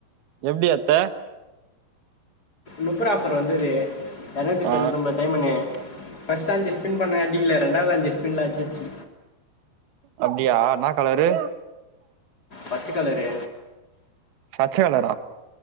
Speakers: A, on the right; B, on the left.
A: எப்படி எடுத்த
B: முப்பது ரூபா ஆஃபர் வந்தது இராணுத்தி தொண்ணூத்தின்ம்பது
A: ஆ
B: டைமன்நு ஃபர்ஸ்ட் ஆ ஜஸ்ட் ஸ்பின் பண்ண இல்ல ரெண்டாவது விளையாண்ட ஸ்பின்ல அடிச்சு
A: அப்படியா என் கலரு
B: பச்சை கலரு
A: பச்ச கலரா